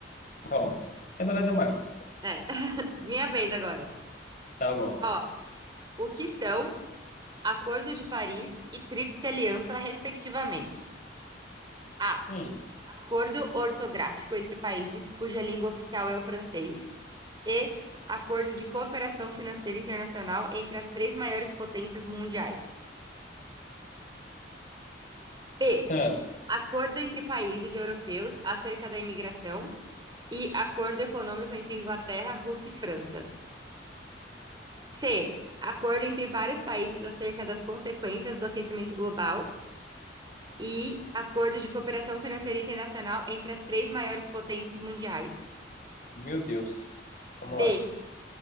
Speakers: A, on the left; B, on the right.
A: Bom, a Indonésia é maior.
B: É, <laughs> minha vez agora.
A: Tá bom.
B: Ó, o que são Acordo de Paris e Tríplice Aliança, respectivamente? A.
A: Hum,
B: Acordo ortográfico entre países cuja língua oficial é o francês. e Acordo de Cooperação Financeira Internacional entre as três maiores potências mundiais. b
A: ah,
B: Acordo entre países europeus acerca da imigração e Acordo Econômico entre Inglaterra, Rússia e França. C. Acordo entre vários países acerca das consequências do aquecimento global e Acordo de Cooperação Financeira Internacional entre as três maiores potências mundiais.
A: meu Deus. Vamos
B: D.
A: lá.